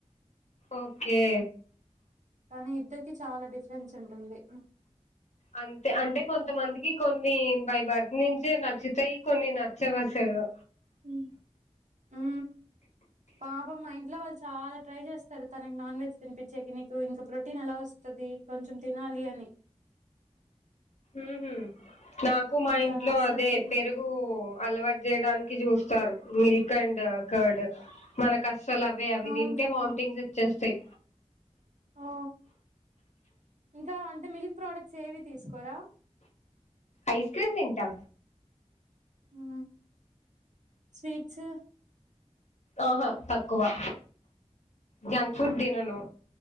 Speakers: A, on the left (about 70°); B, on the right (about 80°).
A: ఓకే
B: కానీ ఇద్దరికి చాలా డిఫరెన్స్ ఉంటుంది
A: అంతే అంటే కొంతమందికి కొన్ న్నీ బై భర్త్ నుంచే నచ్చుతయి కొన్ని నచ్చవ్ అసలూ.
B: ఉ ఊ పాపం మా ఇంట్లో వాళ్ళు చాలా ట్రై చేస్తారు తనకి నాన్ వెజ్ తినిపించేకి నీకు ఇకా ప్రోటీన్ ఎలా వస్తది కొంచెం తినాలి అని.
A: ఊహూ నాకు మా
B: కానీ
A: ఇంట్లో
B: తను అస్సలు
A: అదే
B: తినదు
A: పెరుగూ అలవాట్ జేయడానికి చూస్తారు మీల్క్. క్ ఆండ్ ఆ కార్డ్ మనకు అస్సలు అవే అవి
B: అవును
A: తింటే
B: కదా
A: వామిటింగ్స్ వచ్చేస్తయ్.
B: ఓ ఇంకా అంటే మిల్క్ ప్రోడక్ట్స్ ఏవి తీసుకోరా.
A: ఐస్ క్రీమ్ తింటా
B: ఊ స్వీట్సూ
A: ఆహా తక్కువా జంక్ ఫుడ్ తినను.